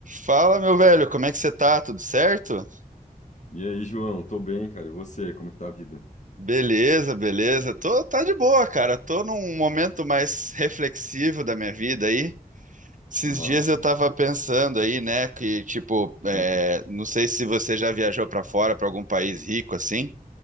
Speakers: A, on the right; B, on the left.
A: Fala, meu velho, como é que você tá? Tudo certo?
B: E aí, João? Tô bem, cara. E você? Como que tá a vida?
A: Beleza, beleza. Tô, tá de boa, cara. Tô num momento mais reflexivo da minha vida aí. Esses
B: Massa.
A: dias eu tava pensando aí, né, que tipo, é,
B: Uhum.
A: não sei se você já viajou pra fora, pra algum país rico assim.